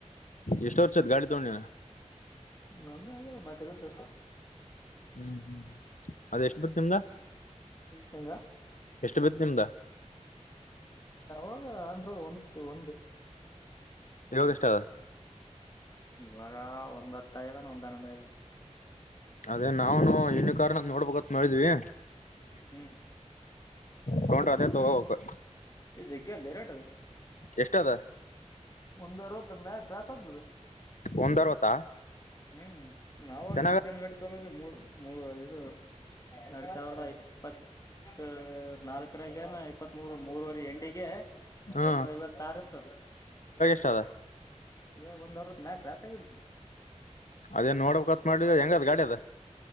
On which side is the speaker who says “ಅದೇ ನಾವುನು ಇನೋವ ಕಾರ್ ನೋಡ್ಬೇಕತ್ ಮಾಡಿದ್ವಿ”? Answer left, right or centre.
Left